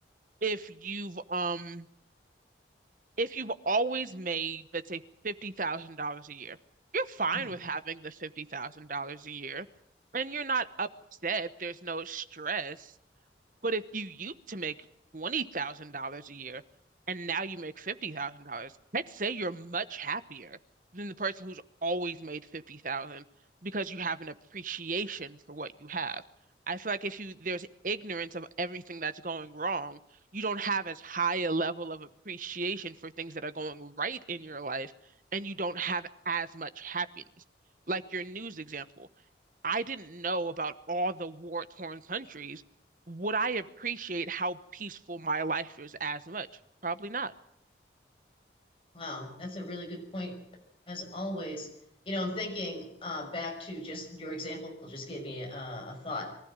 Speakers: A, on the right; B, on the left.
A: if you've um if you've always made, let's say $50,000 a year, you're fine
B: Mhm.
A: with having the $50,000 a year and you're not upset. There's no stress. But if you used to make $20,000 a year and now you make $50,000, I'd say you're much happier than the person who's always made 50,000 because you have an appreciation for what you have. I feel like if you there's ignorance of everything that's going wrong, you don't have as high a level of appreciation for things that are going right in your life, and you don't have as much happiness. Like your news example, I didn't know about all the war-torn countries, would I appreciate how peaceful my life is as much? Probably not.
B: Wow, that's a really good point, as always. You know, I'm thinking uh, back to just your example, just gave me uh, a thought